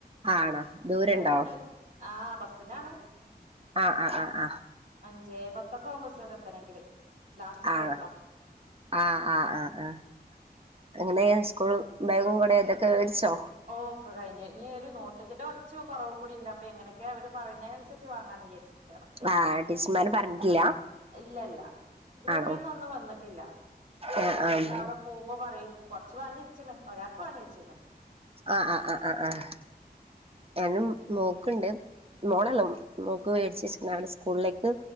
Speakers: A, on the right; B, on the right.
A: ആണോ ദൂരണ്ടോ
B: ഇന്നലെ പിന്നെ ആഹ്‌ ബസിനാണ്.
A: ആഹ് ആഹ് ആഹ് ആഹ്
B: അഞ്ചേപത്തൊക്കെ ആകും ബസ് ഇവിടെ എത്തണെങ്കില്. ലാസ്റ്റ് ട്രിപ്പാ
A: ആഹ്‌ ആഹ്‌ ആഹ് ആഹ്‌ ആഹ്‌ അങ്ങനെ സ്കൂൾ ബാഗും കൊടെ ഇതൊക്കെ വേടിച്ചോ?
B: ഓ ക്കെ കഴിഞ് ഇനി ഒരു നോട്ടിന്റെ കുറച്ച് കുറവും കൂടി ഉണ്ട് അപ്പൊ എങ്ങനൊക്ക അവര് പറയുന്നതിനനുസരി ച്ച് വാങ്ങാന്നെ ചു. <unintelligible>
A: ആഹ്‌ ടിച്ചർമാര് പറഞ്ഞിട്ടില്ല.
B: ഇല്ല ഇല്ല ഗ്രൂപ്പിലൊന്നും
A: ആണോ
B: ഒന്നും വന്നിട്ടില്ല
A: ആഹ്
B: ഇനിയിപ്പന്ന്
A: ആഹ്
B: അവിടെ പോകുമ്പോ പറയും. കുറച്ച് വാങ്ങി വച്ചിക്ക്ണ് ഒരാൾക്ക് വാങ്ങി വച്ചിണ്.
A: ആഹ്‌ ആഹ്‌ ആഹ്‌ ആഹ്‌ ആഹ്‌ ഞാനും മോക്ക്ണ്ട് മോളല്ലോ നോക്ക് മേടിച്ച വച്ചടെ സ്കൂളിലേക്ക്.